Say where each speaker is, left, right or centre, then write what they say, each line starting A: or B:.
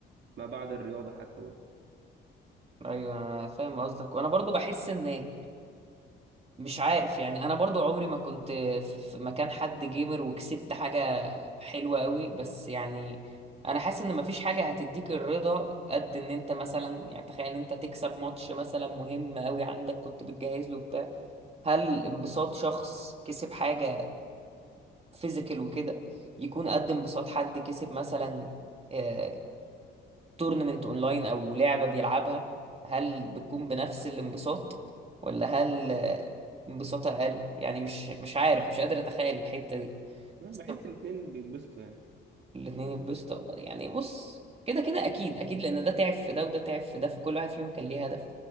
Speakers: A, on the right; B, on the right.
A: ما بعد الرياضة حتى برضه
B: ايوه أنا فاهم قصدك وانا برضو بحس ان مش عارف يعني انا برضو عمري ما كنت في في مكان حد جيمر وكسبت حاجة حلوة قوي بس يعني انا حاسس ان مفيش حاجة هتديك الرضا قد ان انت مثلا يعني تخيل ان انت تكسب ماتش مثلا مهم قوي عندك كنت بتجهز له بتاع هل انبساط شخص كسب حاجة فيزيكال وكده يكون قد انبساط حد كسب مثلا آه، تورنمنت اونلاين او لعبة بيلعبها هل بتكون بنفس الانبساط ولا هل آه، انبساط اقل يعني مش مش عارف مش قادر اتخيل الحتة دي
A: أنا
B: بس
A: بحس
B: طب
A: الاتنين بيتبسطوا يعني
B: الاتنين يتبسطوا بقى. يعني بص كده كده اكيد اكيد لان ده تعب في ده وده تعب في ده فكل واحد فيهم كان ليه هدف